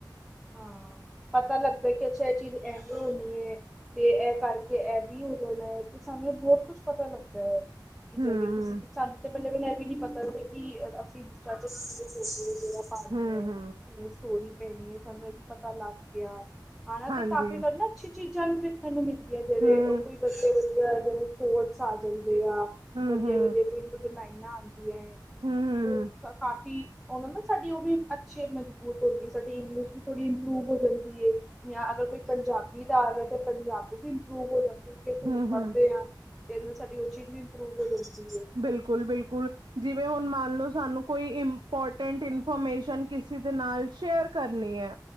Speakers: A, in the centre; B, on the right.
A: ਹਾਂ, ਪਤਾ ਲੱਗਦਾ ਕਿ ਅੱਛਾ ਇਹ ਚੀਜ਼ ਐਵੇਂ ਹੋਣੀ ਏ। ਤੇ ਇਹ ਕਰਕੇ ਇਹ ਵੀ ਹੋ ਜਾਣਾ ਹੈ, ਤੇ ਸਾਨੂੰ ਬਹੁਤ ਕੁਛ ਪਤਾ ਲੱਗਦਾ ਹੈ। ਕੀ
B: ਹਮ
A: ਜੈਵੇ ਕਿਸੀ ਸਾਨੂੰ ਤੇ ਪਹਿਲੇ ਇਹ ਵੀ ਨਹੀਂ ਪਤਾ ਸੀ, ਕਿ ਅਸੀਂ ਇੰਸਟਾ ਤੇ ਫੋਟੋ ਕਿਹਡ਼ੀ ਜਗ੍ਹਾ ਪਾਣੀ
B: ਹਮ
A: ਏ।
B: ਹਮ
A: ਫੇਰ ਸਟੋਰੀ ਪੈਣੀ ਵੇ ਸਾਨੂੰ ਇਹ ਵੀ ਪਤਾ ਲੱਗ ਗਿਆ, <unintelligible>
B: ਹਾਂਜੀ
A: ਕਾਪੀ ਕਰਨਾ ਅੱਛੀ ਚੀਜ਼ਾਂ ਵੀ ਵੇਖਣ ਨੂੰ ਮਿਲਦੀਆਂ ਜਿਵੇਂ
B: ਹਮ
A: ਉਹ ਕੋਈ। <unintelligible> ਥੋਟਸ ਆ ਜਾਂਦੇ ਆ
B: ਹਮ
A: ਵੱਧੀਆ
B: ਹਮ
A: ਵੱਧੀਆ ਕੁਝ ਨਾ ਕੁੱਝ ਲਾਈਨਾਂ ਆਉਂਦੀਆਂ।
B: ਹਮ ਹਮ
A: ਉਹ ਕਾਫੀ ਉਦੋਂ ਨਾ ਸਾਡੀ ਉਹ ਵੀ ਅੱਛੀ ਮਜ਼ਬੂਤ ਹੁੰਦੀ ਹੈ ਸਾਡੀ ਇੰਗਲਿਸ਼ ਵੀ ਥੋੜੀ ਇੰਪਰੂਵ ਹੋ ਜਾਂਦੀ ਏ। ਜਾਂ ਅਗਰ ਕੋਈ ਪੰਜਾਬੀ ਦਾ ਆ ਗਿਆ ਤਾਂ ਪੰਜਾਬੀ ਵੀ ਇੰਪਰੂਵ ਹੋ ਜਾਂਦੀ, ਕਿਉਂ ੳਹਨੂੰ
B: ਹਮ
A: ਪੜਦੇ
B: ਹਮ
A: ਆਂ। ਤੇ ਇਹਦੇ ਨਾਲ ਸਾਡੀ ਉਹ ਚੀਜ਼ ਵੀ ਇੰਪਰੂਵ ਹੋ ਜਾਂਦੀ ਏ।
B: ਬਿਲਕੁਲ-ਬਿਲਕੁਲ, ਜਿਵੇਂ ਹੁਣ ਮੰਨ ਲਓ ਸਾਨੂੰ ਕੋਈ ਇੰਪੋਰਟੈਂਟ ਇਨਫੋਰਮੇਸ਼ਨ ਕਿਸੇ ਦੇ ਨਾਲ ਸ਼ੇਅਰ ਕਰਨੀ ਐ